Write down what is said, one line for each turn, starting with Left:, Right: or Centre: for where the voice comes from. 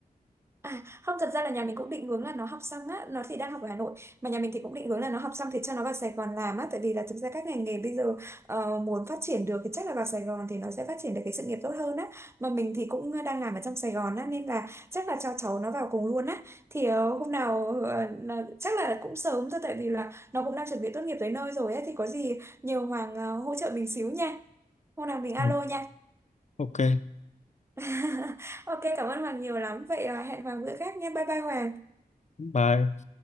Right: À, không thật ra là nhà mình cũng định hướng là nó học xong á nó thì đang học ở Hà Nội mà nhà mình thì cũng định hướng là nó học xong thì cho nó vào Sài Gòn làm á tại vì là thực ra các ngành nghề bây giờ ờ, muốn phát triển được thì chắc là vào Sài Gòn thì nó sẽ phát triển được cái sự nghiệp tốt hơn á mà mình thì cũng đang làm ở trong Sài Gòn á nên là chắc là cho cháu nó vào cùng luôn á thì ờ, hôm nào ờ, là- chắc là cũng sớm thôi tại vì là nó cũng đang chuẩn bị tốt nghiệp tới nơi rồi á thì có gì nhiều Hoàng ờ, hỗ trợ mình xíu nha hôm nào mình alo
Left: Ừ,
Right: nha
Left: ok
Right: <laughs> ok cảm ơn Hoàng nhiều lắm vậy ờ, hẹn Hoàng bữa khác nha bye bye Hoàng
Left: bye